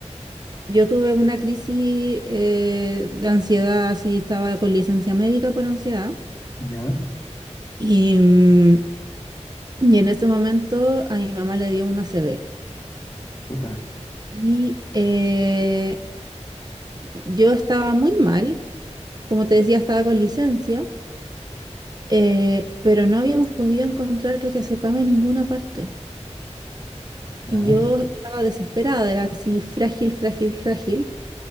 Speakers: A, on the right; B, on the left.
A: Yo tuve una crisis eh, de ansiedad, así estaba con licencia médica por ansiedad.
B: Ya,
A: Y, mm, y en ese momento a mi mamá le dio una CB.
B: puta.
A: Y eh, yo estaba muy mal, como te decía, estaba con licencia, eh, pero no habíamos podido encontrar clonazepam en ninguna parte.
B: Ya,
A: Y yo estaba desesperada, era así frágil, frágil, frágil.